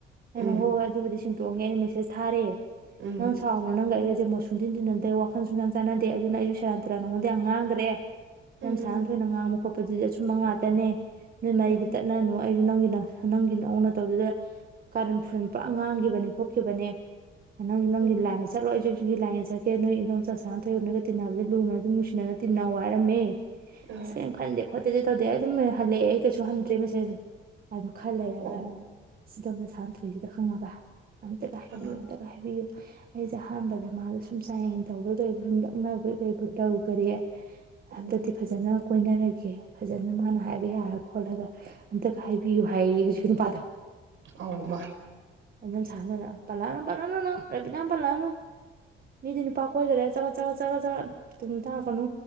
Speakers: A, on the right; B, on the right.
A: ꯑꯩꯅ
B: ꯎꯝ
A: ꯍꯣꯏ ꯍꯣꯏ ꯑꯗꯨꯕꯨꯗꯤ ꯁꯦꯡ ꯇꯣꯡꯉꯦ ꯑꯩꯅ ꯃꯦꯁꯦꯖ ꯊꯥꯔꯦ
B: ꯎꯝ
A: ꯅꯪ ꯁꯥꯎꯅꯨ ꯅꯪꯒ ꯑꯩꯒꯖꯦ ꯑꯩꯁꯦ ꯃꯣꯠ ꯁꯨꯡꯇꯤꯟ ꯇꯤꯟꯅꯗꯦ ꯋꯥꯈꯜ ꯁꯨꯡꯆꯥꯟ ꯆꯥꯟꯅꯗꯦ ꯑꯗꯨꯅ ꯑꯩꯁꯨ ꯁꯦꯔꯥꯟ ꯇꯨꯔꯥꯟ ꯅꯉꯣꯟꯗ ꯌꯥꯝ ꯉꯥꯡꯒ꯭ꯔꯦ
B: ꯎꯝ
A: ꯏꯅꯝ ꯁꯥꯟꯅꯊꯣꯏꯅ ꯉꯥꯡꯕ ꯈꯣꯠ ꯄꯗꯨꯗꯤ ꯑꯆꯨꯝꯕ ꯉꯥꯇꯅꯦ ꯅꯣꯏ ꯃꯔꯤꯗꯤ
B: ꯎꯝ
A: ꯇꯠꯅꯅꯨ ꯑꯩꯖꯨ ꯅꯪꯒꯤ ꯅ ꯅꯪꯒꯤ ꯅꯑꯣꯡ ꯅꯇꯧꯗꯨꯗ ꯀꯥꯔꯟ ꯐꯨꯔꯟ ꯄꯨꯔꯥ ꯉꯥꯡꯈꯤꯕꯅꯦ ꯈꯣꯠꯈꯤꯕꯅꯦ ꯅꯪꯖꯨ ꯅꯪꯒꯤ
B: ꯎꯝ
A: ꯂꯥꯏꯟꯗ ꯆꯠꯂꯣ ꯑꯩꯖꯨ ꯑꯩ ꯁꯤꯒꯤ ꯂꯥꯏꯟꯗ ꯆꯠꯀꯦ ꯅꯣꯏ ꯏꯟꯗꯣꯝꯆꯥ ꯁꯥꯟꯅꯊꯣꯏꯒ ꯅꯣꯏꯒ ꯇꯤꯟꯅꯕꯗꯨ ꯂꯨꯅ ꯑꯗꯨꯝ ꯅꯨꯡꯁꯤꯅꯅ ꯇꯤꯟꯅꯧ ꯍꯥꯏꯔꯝꯃꯦ
B: ꯑꯥ
A: ꯑꯁ ꯀꯔꯤꯝ ꯈꯟꯗꯦ ꯈꯣꯠ ꯇꯧꯗꯦ ꯇꯧꯗꯦ ꯑꯩ ꯑꯗꯨꯝ ꯍꯜꯂꯛꯑꯦ ꯑꯩ ꯀꯩꯁꯨ ꯍꯟꯗ꯭ꯔꯦ ꯃꯦꯁꯦꯖ ꯑꯗꯨ ꯈꯔ ꯂꯩꯔꯒ
B: ꯑꯣ
A: ꯑꯁ ꯏꯟꯗꯣꯝꯆꯥ ꯁꯥꯟꯅꯊꯣꯏꯁꯤꯗ ꯈꯪꯉꯕ ꯑꯝꯇꯒ ꯍꯥꯏꯕꯤꯌꯣ
B: ꯑꯥ
A: ꯍꯥꯏꯕꯤꯌꯨ ꯑꯩꯁꯦ ꯑꯍꯥꯟꯕꯗ ꯃꯥꯗꯣ ꯁꯨꯝ ꯆꯥꯡꯌꯦꯡ ꯇꯧꯕꯣꯏ ꯀꯩꯕꯣꯏ ꯁꯨꯝ ꯂꯛꯅꯕꯣꯏ ꯀꯩꯕꯣꯏ ꯇꯧꯒꯔꯦ ꯍꯟꯇꯛꯇꯤ
B: ꯎꯝ
A: ꯐꯖꯅ ꯀꯣꯏꯅꯔꯒꯦ ꯐꯖ ꯐꯖꯅ ꯃꯥꯅ ꯍꯥꯏꯕ ꯌꯥꯔ ꯈꯣꯠꯂꯒ ꯑꯝꯇꯒ ꯍꯥꯏꯕꯤꯌꯨ ꯍꯥꯏꯌꯦ ꯍꯨꯖꯤꯛ ꯍꯨꯖꯤꯛꯀꯤ ꯅꯨꯄꯥꯥꯗꯣ
B: ꯑꯧ ꯃꯥ
A: ꯏꯅꯝ ꯁꯥꯟꯅꯊꯣꯏꯅ ꯄꯂꯥꯅꯝꯕꯔ ꯔꯅ ꯅꯪ ꯔꯦꯕꯤꯗꯥꯝ ꯄꯜꯂꯛꯑꯅꯨ ꯃꯤꯗꯤ ꯅꯨꯄꯥ ꯀꯣꯏꯒꯔꯦ ꯆꯒꯠ ꯆꯒꯠ ꯆꯒꯠ ꯆꯒꯠ ꯇꯨꯡꯗ ꯇꯧꯔꯛꯀꯅꯨ